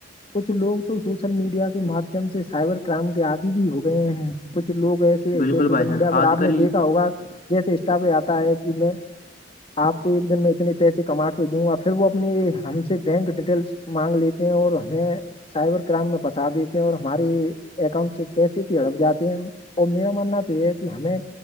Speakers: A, on the left; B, on the left.
A: کچھ لوگ تو سوشل میڈیا کے مادھیم سے سائبر کرائم کے آدی بھی ہو گئے ہیں کچھ لوگ ایسے
B: بالکل
A: ہوتے سوشل
B: بھائی جان
A: میڈیا پر
B: آج
A: آپ
B: کل
A: نے دیکھا ہوگ جیسے اسٹاف یہ آتا ہے کہ میں آپ کو ایک دن میں اتنے پیسے کما دوںا پھر وہ اپنی ہم سے بینک ڈیٹیلس مانگ لیتے ہیں اور ہمیں سائبر کرائم میں پنسا دیتے ہیں اور ہماری اکاؤنٹ سے کیسے پ ہڑپ جاتے ہیں اور میرا ماننا تو یہ ہے کہ ہمیں